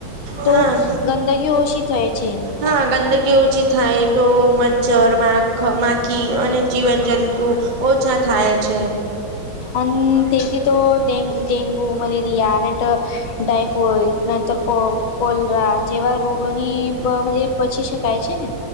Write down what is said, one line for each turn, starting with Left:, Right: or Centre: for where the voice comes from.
Right: હા
Left: તો ગંદગી ઓછી થાય છે.
Right: હા ગંદકી ઓછી થાય તો મચ્છર માખ માખી અને જીવન જંતુ ઓછા થાય છે.
Left: અને તેથી તો ડે ડેન્ગુ મલેરિયા અને ટાયફોઇડ નર તો કો કોલરા જેવા રોગોની પછી શકાય છેને.